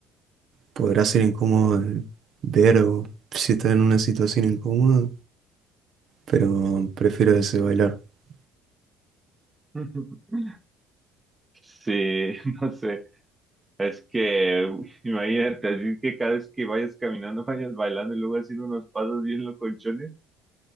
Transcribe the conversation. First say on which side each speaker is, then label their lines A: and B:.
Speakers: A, on the right; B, on the right.
A: podrá ser incómodo de ver o si estás en una situación incómoda, pero prefiero ese bailar. <laughs>
B: <laughs> Sí, no sé. Es que, uy, imagínate, así que cada vez que vayas caminando, vayas bailando y luego haciendo unos pasos bien locochones.